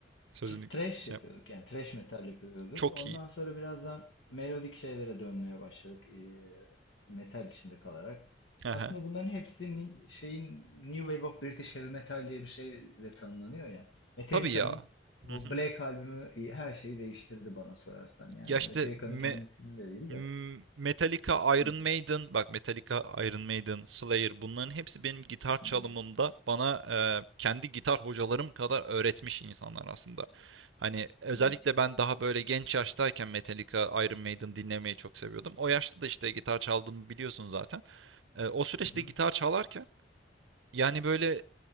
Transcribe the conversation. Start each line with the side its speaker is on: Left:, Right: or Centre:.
Right: sözünü
Left: tr-
Right: ki-
Left: Thrash
Right: şey
Left: yapıyorduk
Right: yap.
Left: yani Trash metal yapıyorduk.
Right: Çok
Left: Ondan
Right: iyi.
Left: sonra biraz daha melodik şeylere dönmeye başladık eee, metal içinde kalarak.
Right: Hı
Left: Aslında
Right: hı.
Left: bunların hepsi ni- şeyin New Wave of British Heavy Metal diye bir şeyle tanımlanıyor ya. Metallica'nın
Right: Tabii ya. Hı
Left: o
Right: hı.
Left: Black albümü e, her şeyi değiştirdi bana sorarsan. Yani
Right: Ya işte
Left: o Metallica'nın
Right: me-
Left: kendisini de değil
Right: M-
Left: de.
Right: Metallica, Iron
Left: Hı,
Right: Maiden, bak Metallica, Iron Maiden, Slayer bunların hepsi benim gitar çalımımda
Left: hı,
Right: bana e, kendi gitar hocalarım kadar öğretmiş insanlar aslında. Hani özellikle
Left: hı,
Right: ben daha böyle genç yaştayken Metallica, Iron Maiden dinlemeyi çok seviyordum. O yaşta da işte gitar çaldığımı biliyorsun zaten. E, o süreçte
Left: hı. hı.
Right: gitar çalarken yani böyle